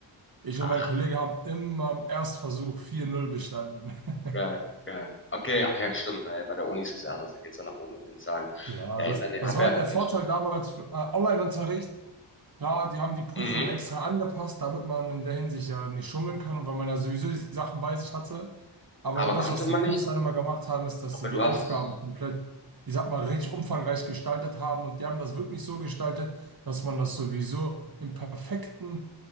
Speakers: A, on the right; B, on the left.
A: Ich
B: Ach,
A: und mein Kollege haben immer am Erstversuch 4-0 bestanden. <laughs>
B: Geil, geil. Okay, ach ja, stimmt. Bei, bei der Uni ist es ja anders. Da geht's dann nach oben mit den Zahlen.
A: Ja,
B: Ja,
A: das,
B: ich habe ja
A: das
B: hab
A: war
B: ja
A: halt der
B: nicht
A: Vorteil
B: studiert.
A: damals für äh, Online-Unterricht. Klar, die haben die Prüfung
B: Mhm.
A: extra angepasst, damit man in der Hinsicht ja nicht schummeln kann und weil man ja sowieso die Sachen bei sich hatte. Aber
B: Aber
A: das,
B: konnte
A: was
B: man
A: die Profs
B: nicht.
A: dann immer gemacht haben, ist, dass
B: Aber
A: sie
B: du
A: die Aufgaben
B: hast.
A: komplett, ich sag mal, richtig umfangreich gestaltet haben und die haben das wirklich so gestaltet, dass man das sowieso im perfekten